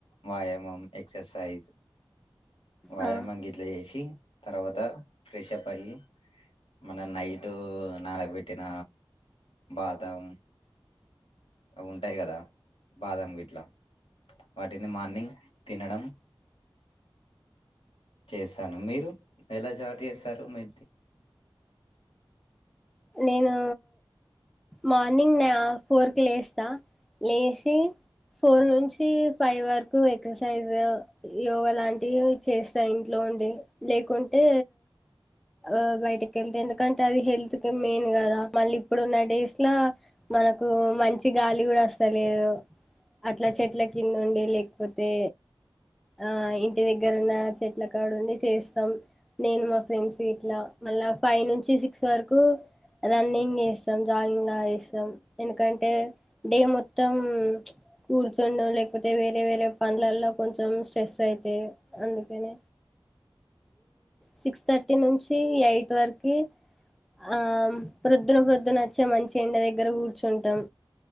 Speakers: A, on the left; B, in the centre.
A: వ్యాయామం ఎక్సర్సైజ్ వ్యాయామం
B: ఆ
A: గిట్లా చేసి తర్వాత ఫ్రెష్ప్ అయి మన నైట్ నానబెట్టిన బాదం అవి ఉంటాయి కదా బాదం గట్లా వాటిని మార్నింగ్ తినడం చేసాను మీరు ఎలా జాటు చేస్తారు మీ
B: నేను మార్నింగ్ ఫోర్ కీ లేస్తా లేచి ఫోర్ నుంచి పై వరకు ఎక్సర్సైజ్ యోగ లాంటివి చేస్తా ఇంట్లో ఉ లేకుంటే ఆ బయటికి ఎల్ల్తా ఎందుకంటే అది హెల్త్ కి మెయిన్ కదా మళ్ళీ ఇప్పుడున్న డేస్ లా మనకు మంచి గాలి కూడా వస్తలేదు అట్లా చెట్ల కింద ఉండి లేకపోతే ఆ ఇంటి దగ్గర ఉన్న చెట్లకాడ ఉండి చేస్తాం నేను మా ఫ్రెండ్స్ వీట్లా మళ్ళ ఫైవ్ నుంచి సిక్స్ వరకు రన్నింగ్ జెస్తాం జాగింగ్ లజెస్తాం ఎందుకంటే డే మొత్తం మొత్తం కూర్చుండం లేకపోతే వేరే వేరే పండ్లల్లో కొంచెం స్ట్రెస్ అయితాయి అందుకనే సిక్స్ థర్టీ నుంచి ఎయిట్ వరకు ఆ ప్రొద్దున ప్రొద్దున వచ్చా మంచి ఎండ దగ్గర కూర్చుంటాం